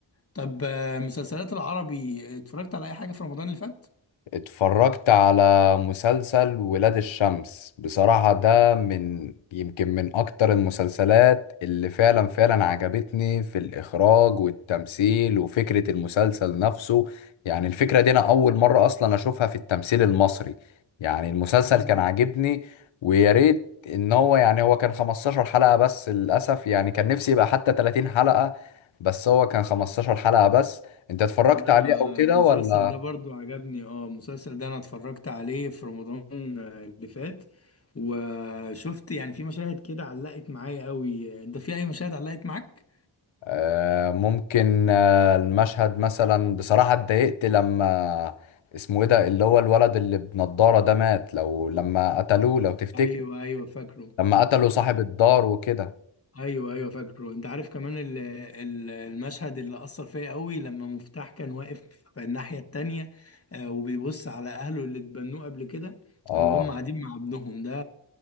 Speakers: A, on the left; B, on the left.
A: طب آه، مسلسلات العربي اتفرجت على اي حاجة في رمضان اللي فات؟
B: اتفرجت على مسلسل ولاد الشمس بصراحة ده من يمكن من أكتر المسلسلات اللي فعلا فعلا عجبتني في الإخراج والتمثيل وفكرة المسلسل نفسه يعني الفكرة دي أنا أول مرة أصلا أشوفها في التمثيل المصري يعني المسلسل
A: امم
B: كان عاجبني ويا ريت إن هو يعني هو كان 15 حلقة بس للأسف يعني كان نفسي يبقى حتى 30 حلقة بس هو كان 15 حلقة بس أنت اتفرجت
A: انا
B: عليه أو كده
A: المسلسل
B: ولا
A: ده برضو عجبني اه المسلسل ده انا اتفرجت عليه في رمضان آه، اللي فات وشفت يعني في مشاهد كده علقت معايا قوي انت في اي مشاهد علقت معاك؟
B: آه، ممكن آه، المشهد مثلا بصراحة اتضايقت لما اسمه ايه ده اللي هو الولد اللي بنضارة ده مات لو لما قتلوه لو تفتكر
A: ايوه ايوه فاكره
B: لما قتلوا صاحب الدار وكده
A: ايوه ايوه فاكره انت عارف كمان ال- ال- المشهد اللي اثر فيا قوي لما مفتاح كان واقف في الناحيه التانية آه، وبيبص على اهله اللي اتبنوه قبل كده
B: اه
A: وهم قاعدين مع ابنهم ده